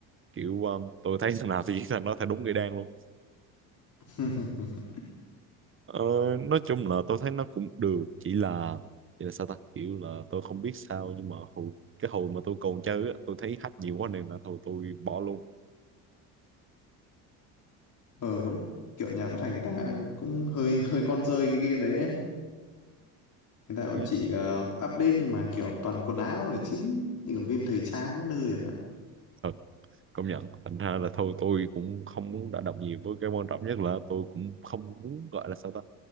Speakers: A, on the right; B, on the left.
A: kiểu ờ, tôi thấy thằng nào thì <laughs> giết thằng đó thấy đúng người đen luôn
B: <laughs>
A: ờ, nói chung là tôi thấy nó cũng được chỉ là chỉ là sao ta kiểu là tôi không biết sao nhưng mà hồi, cái hồi mà tôi còn chơi á tôi thấy hack nhiều quá nên là thôi tôi bỏ luôn
B: ờ đúng kiểu nhà phát hành người ta cũng hơi hơi con rơi cái game đấy ấy. người ta vẫn
A: ừ.
B: chỉ ờ, update nhưng mà kiểu toàn quần áo là chính như kiểu game thời trang đến nơi rồi ạ
A: thật công nhận thành ra là thôi tôi cũng không muốn đả động nhiều với cái quan trọng nhất là tôi cũng không muốn gọi là sao ta